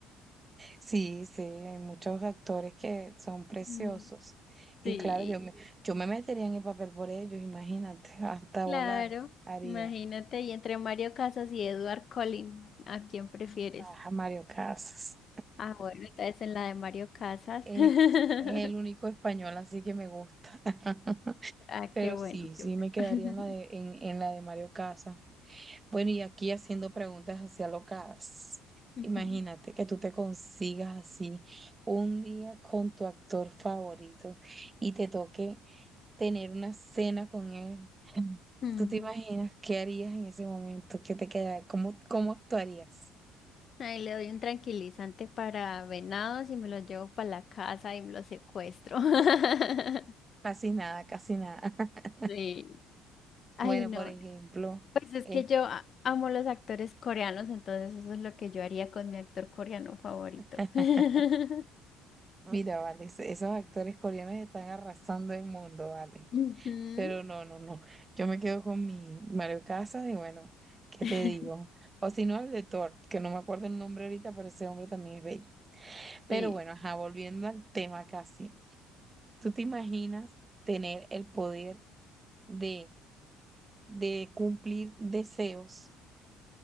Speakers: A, on the right; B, on the left.
A: Sí, sí, hay muchos actores que son preciosos.
B: Mm,
A: Y
B: Sí,
A: claro, yo me, yo me metería en el papel por ellos, imagínate, <laughs> hasta
B: claro.
A: volar haría.
B: Imagínate, y entre Mario Casas y Edward Collins, ¿a quién prefieres?
A: Ajá, Mario Casas.
B: Ah, bueno, entonces en la de Mario Casas.
A: Eh,
B: <laughs>
A: es el único español, así que me gusta. <laughs>
B: Ah,
A: Pero
B: qué bueno,
A: sí,
B: qué
A: sí
B: bueno.
A: me quedaría
B: <laughs>
A: en la de, en, en la de Mario Casas. Bueno, y aquí haciendo preguntas así alocadas.
B: Ujú.
A: Imagínate que tú te consigas así un día con tu actor favorito y te toque tener una cena con él.
B: Mm.
A: ¿Tú te imaginas qué harías en ese momento? ¿Qué te queda? ¿Cómo, cómo actuarías?
B: Ahí le doy un tranquilizante para venados y me lo llevo para la casa y me lo secuestro. <laughs>
A: Casi nada, casi nada. <laughs>
B: Sí. Ay,
A: Bueno,
B: no.
A: por ejemplo,
B: Pues es
A: eh,
B: que yo a- amo los actores coreanos, entonces eso es lo que yo haría con mi actor coreano favorito.
A: <laughs>
B: <laughs>
A: mira, vale, es- esos actores coreanos están arrasando el mundo, vale.
B: Ujú.
A: Pero no, no, no. Yo me quedo con mi Mario Casas y bueno, ¿qué
B: <laughs>
A: te digo? O si no, el de Thor, que no me acuerdo el nombre ahorita, pero ese hombre también es bello. Pero
B: Sí.
A: bueno, ajá, volviendo al tema casi. ¿Tú te imaginas tener el poder de, de cumplir deseos?